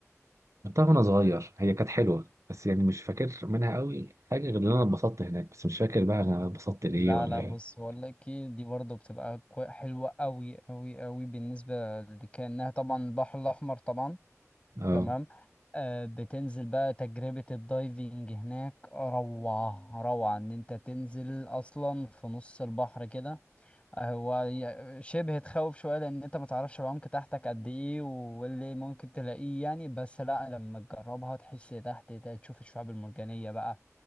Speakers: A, on the right; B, on the left.
A: رحتها وانا صغير هي كانت حلوه بس يعني مش فاكر منها قوي حاجه غير ان انا اتبسطت هناك بس مش فاكر بقى انا اتبسطت ليه
B: لا
A: ولا
B: لا
A: ايه
B: بص هقول لك إيه، دي برضو بتبقى كوي- حلوة قوي قوي قوي بالنسبة لكأنها طبعا البحر الاحمر طبعا
A: اه
B: تمام آه، بتنزل بقى تجربة الدايفنج هناك روعة روعة ان انت تنزل اصلا في نص البحر كده آه، هو ي- شبه تخوف شوية لان انت ما تعرفش العمق تحتك قد ايه واللي ممكن تلاقيه يعني بس لا لما تجربها تحس تحت ده تشوف الشعاب المرجانية بقى